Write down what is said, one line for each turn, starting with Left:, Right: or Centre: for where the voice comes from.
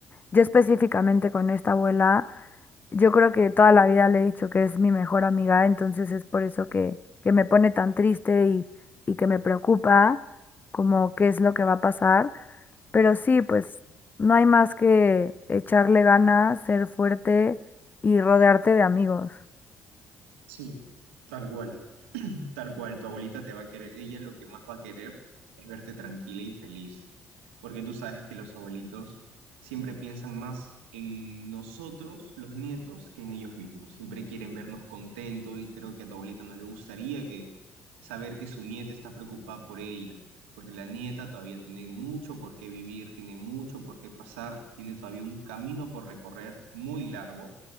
Left: yo específicamente con esta abuela, yo creo que toda la vida le he dicho que es mi mejor amiga, entonces es por eso que, que me pone tan triste y, y que me preocupa como qué es lo que va a pasar. Pero sí, pues no hay más que echarle ganas, ser fuerte y rodearte de amigos.
Right: Sí, tal cual. Tal cual, tu abuelita te va a querer, ella lo que más va a querer es verte tranquila y feliz, porque tú sabes que los abuelitos siempre piensan más en nosotros, los nietos, que en ellos mismos. Siempre quieren vernos contentos y creo que a tu abuelita no le gustaría que saber que su nieta está preocupada por ella, porque la nieta todavía tiene mucho por qué vivir, tiene mucho por qué pasar, tiene todavía un camino por recorrer muy largo